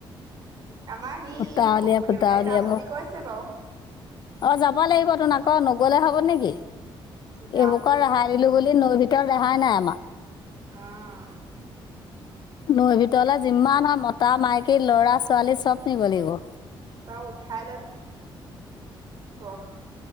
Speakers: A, on the right; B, on the left.
A: আমাৰ সেই
B: ফুটা উলিয়াই
A: শহুৰ
B: ফুটা
A: দেউতাই
B: উলিয়াব,
A: যাম বুলি কৈছে বাৰু।
B: অ যাব লাগিব তোন আকৌ নগলে হ'ব নেকি?
A: যাম
B: এইবোকৰ
A: বুলি
B: ৰেহাই দিলো বুলি নৈ ভিতৰত ৰেহাই নাই আমাৰ।
A: অঁ।
B: নৈ ভিতৰলে যিমান হয় মতা মাইকী লৰা ছোৱালী চব নিব লাগিব‌।
A: চব উঠাই লই যাব,